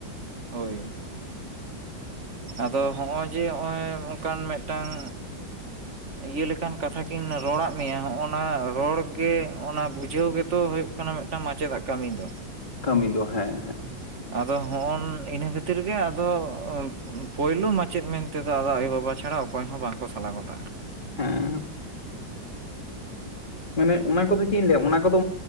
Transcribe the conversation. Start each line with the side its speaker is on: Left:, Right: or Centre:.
Right: ᱦᱳᱭ ᱟᱫᱚ ᱦᱚᱸᱜᱼᱚᱭ ᱡᱮ ᱦᱚᱸᱜᱼᱚᱭ ᱱᱚᱝᱠᱟᱱ ᱢᱤᱫᱴᱟᱝ ᱤᱭᱟᱹ ᱞᱮᱠᱟᱱ ᱠᱟᱛᱷᱟ ᱠᱤᱱ ᱨᱚᱲᱟᱫ ᱢᱮᱭᱟ ᱦᱚᱜᱼᱱᱟ ᱨᱚᱲ ᱜᱮ ᱚᱱᱟ ᱵᱩᱡᱷᱟᱹᱣ ᱜᱮᱛᱚ ᱦᱩᱭᱩᱜ ᱠᱟ ᱠᱟᱱᱟ ᱢᱤᱫᱴᱟᱝ ᱢᱟᱪᱮᱫᱟᱜ ᱠᱟᱹᱢᱤ ᱫᱚ
Left: ᱠᱟᱹᱢᱤ ᱫᱚ ᱦᱮᱸ ᱦᱮᱸ
Right: ᱟᱫᱚ ᱦᱚᱸᱜᱼᱚᱱ ᱤᱱᱟᱹ ᱠᱷᱟᱹᱛᱤᱨ ᱜᱮ ᱟᱫᱚ ᱯᱳᱭᱞᱳ ᱢᱟᱪᱮᱫ ᱢᱮᱱᱛᱮ ᱫᱚ ᱟᱫᱚ ᱟᱭᱳ ᱵᱟᱵᱟ ᱪᱷᱟᱲᱟ ᱚᱠᱚᱭᱦᱚ ᱵᱟᱝ ᱠᱚ ᱥᱟᱞᱟ ᱜᱚᱴᱟᱜᱼᱟ
Left: ᱦᱮᱸ ᱢᱟᱱᱮ ᱚᱱᱟ ᱠᱚᱫᱚ ᱪᱮᱫ ᱤᱧ ᱞᱟᱹᱭᱟ ᱚᱱᱟ ᱠᱚᱫᱚ